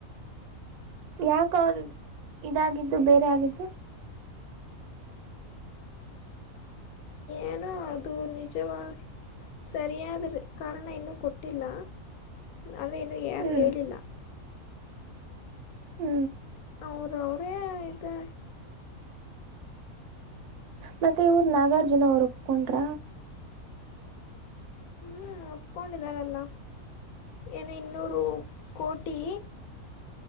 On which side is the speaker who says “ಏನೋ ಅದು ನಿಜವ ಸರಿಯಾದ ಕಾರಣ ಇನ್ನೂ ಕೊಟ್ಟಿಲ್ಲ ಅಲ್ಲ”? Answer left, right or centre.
Left